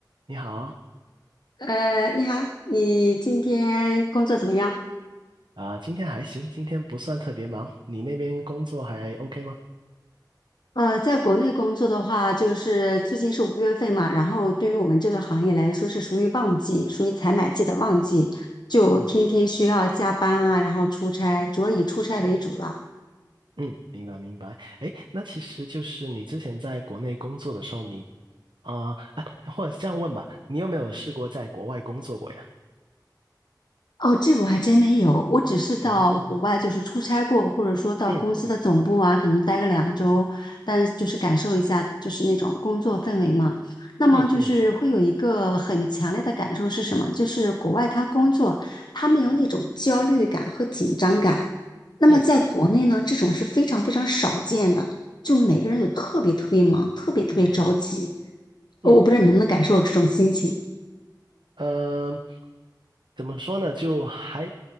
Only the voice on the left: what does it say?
呃，你好，你今天工作怎么样？
呃，在国内工作的话，就是最近是五月份嘛，然后对于我们这个行业来说是属于旺季，属于采买季的旺季，就天天需要加班啊，
然后出差，主要以出差为主了。
哦，这个我还真没有，我只是到国外就是出差过，
或者说到公司的总部啊，
可能待个两周，但就是感受一下就是那种工作氛围嘛。那么就是会有一个很强烈的感受是什么？
就是国外他工作，他没有那种焦虑感和紧张感。那么在国内呢，
这种是非常非常少见的，就每个人都特别特别忙，特别特别着急。我我不知道你能不能感受这种心情。